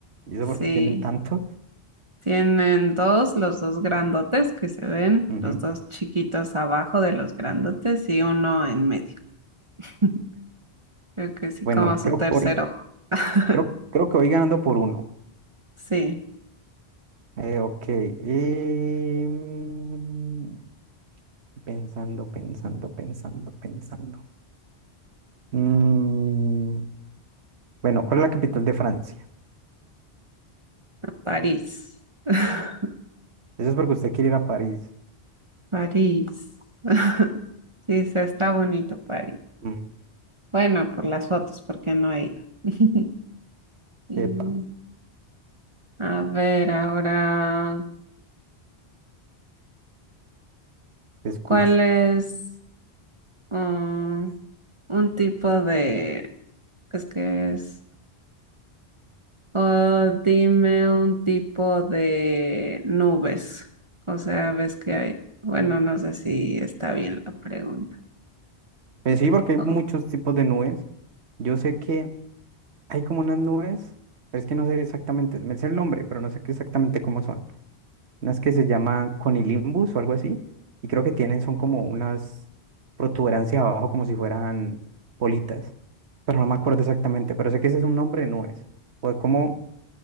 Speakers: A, on the right; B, on the right.
A: ¿Y eso
B: Sí.
A: por qué tienen tantos?
B: Tienen dos, los dos grandotes que se ven,
A: Ujú.
B: los dos chiquitos abajo de los grandotes y uno en medio. <laughs> Creo que sí,
A: Bueno,
B: como su
A: creo
B: tercer
A: que voy,
B: ojo. <laughs>
A: creo, creo que voy ganando por uno.
B: Sí,
A: Eh, ok. Em, Y pensando, pensando, pensando, pensando. Mm, bueno, ¿cuál es la capital de Francia?
B: París. <laughs>
A: Eso es porque usted quiere ir a París.
B: París. <laughs> Sí, se está bonito París.
A: Mm,
B: Bueno, por las fotos, porque no he ido. <laughs> Y,
A: Epa,
B: a ver, ahora,
A: te escucho.
B: ¿cuál es um, un tipo de... Es que es O dime un tipo de nubes. O sea, ves que hay. Bueno, no sé si está bien la pregunta.
A: Pues sí, porque hay
B: O-
A: muchos tipos de nubes. Yo sé que hay como unas nubes, pero es que no sé exactamente, me sé el nombre, pero no sé qué exactamente cómo son. Unas que se llaman conilimbus o algo así, y creo que tienen, son como unas protuberancias abajo como si fueran bolitas, pero no me acuerdo exactamente, pero sé que ese es un nombre de nubes. O de cómo